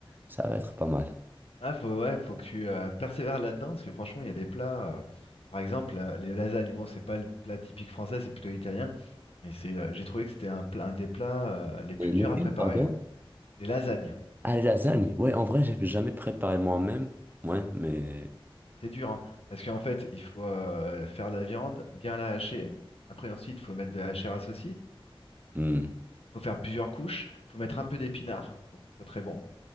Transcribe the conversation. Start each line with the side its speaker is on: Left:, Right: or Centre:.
Right: ça va être pas mal.
Left: Ah, faut, ouais, faut que tu euh, persévères là-dedans, parce que franchement, il y a des plats. euh, par exemple, euh, les lasagnes, bon, c'est pas le plat typique français, c'est plutôt italien. Mais c'est, euh, j'ai trouvé que c'était un plat, un des plats euh, les plus
Right: Et lequel,
Left: durs à préparer.
Right: pardon?
Left: hein. Les lasagnes.
Right: Ah, les lasagnes. Ouais, en vrai, j'ai jamais préparé moi-même. Ouais, mais.
Left: C'est dur, hein, parce qu'en fait, il faut euh, faire la viande, bien la hacher. Après, ensuite, il faut mettre de la chair à saucisse.
Right: Hmm,
Left: Il faut faire plusieurs couches. Il faut mettre un peu d'épinards pour que ce soit très bon,